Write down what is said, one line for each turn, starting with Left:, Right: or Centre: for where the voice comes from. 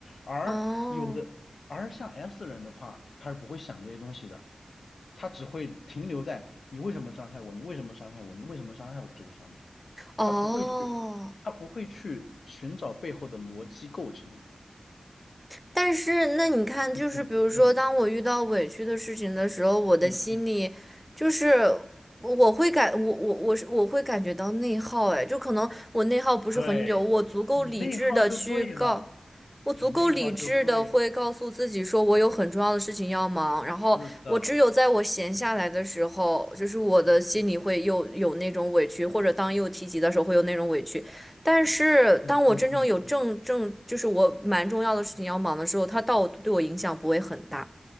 Left: 而有的，
Centre: 哦
Left: 而像 S 人的话，他是不会想这些东西的，他只会停留在你为什么伤害我，你为什么伤害我，你为什么伤害我这个上面，
Centre: 哦，
Left: 他不会去，他不会去寻找背后的逻辑构成。
Centre: 但是那你看，
Left: 嗯嗯嗯
Centre: 就是比如说，当我遇到委屈的事情的时候，我的心里就是
Left: 嗯，嗯，
Centre: 我会感我我我是我会感觉到内耗，哎，就可能我内耗不是很久，
Left: 对，
Centre: 我足够理智的去告，
Left: 你内耗就对了，
Centre: 我足够理智的会告诉自己说，
Left: 你内耗就对，
Centre: 我有很重要的事情要忙，然后我只有在我闲下来的时候，
Left: 是的，
Centre: 就是我的心里会又有那种委屈，
Left: 嗯
Centre: 或者当又提及的时候会有那种委屈。但是当我真正有正正，
Left: 嗯嗯嗯嗯。
Centre: 就是我蛮重要的事情要忙的时候，它到对我影响不会很大。